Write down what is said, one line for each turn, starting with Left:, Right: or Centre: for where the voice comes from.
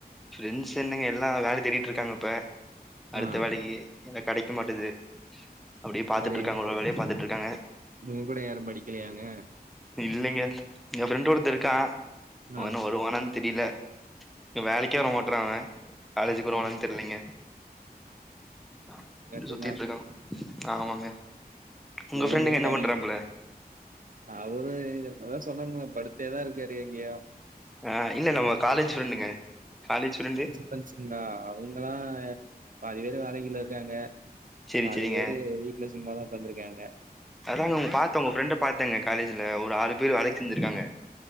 Centre: ப்ரெண்ட்ஸ் என்னங்க எல்லா வேல தேடிட்டு இருக்காங்க இப்போ அடுத்த
Right: ஆ
Centre: வேலைக்கு ஏன கடைக்க மாட்டேங்குது அப்படியே பாத்துட்டு
Right: சரி
Centre: இருக்காங்க ஒரு ஒரு வேலைய பாத்துட்டு இருக்காங்க
Right: உங்க கூட யாரும் படிக்கலையாங்க
Centre: இல்லைங்க என் பிரண்டு ஒருத்த இருக்கா அவ
Right: ஆ
Centre: இன்னு வருவானான்னு தெரியல வேலைக்கே வர மாட்டற அவ காலேஜ்க்கு
Right: ஆ
Centre: வருவானனு தெரியிலைங்க ப்ப
Right: கரெக்ட்டு
Centre: சுத்திட்டு
Right: தா
Centre: இருக்கோ ஆமாங்க உங்க
Right: நீங்க
Centre: ஃப்ரெண்டுங்க என்ன
Right: தனி
Centre: பண்றா பிள்ள
Right: அவரு அதா சொன்னாங்க படுத்தேதா இருக்காரு இங்கேயு
Centre: ஆ இல்ல நம்ம காலேஜ் ஃப்ரெண்டுங்க காலேஜ் ஃப்ரெண்டு
Right: பிரண்ட்ஸ்ங்களா அவங்கல்லா பாதி பேர் வேலையில இருக்காங்க
Centre: செரி
Right: பாதி
Centre: செரிங்க
Right: பேர் வீட்ல சும்மா தா உட்கார்ந்து இருக்காங்க
Centre: அதாங்க உங்க பாத்தா உங்க ஃப்ரெண்டை பாத்தேங்க காலேஜ்ல ஒரு ஆறு பேர் வேலைக்கு சேர்ந்திருக்காங்க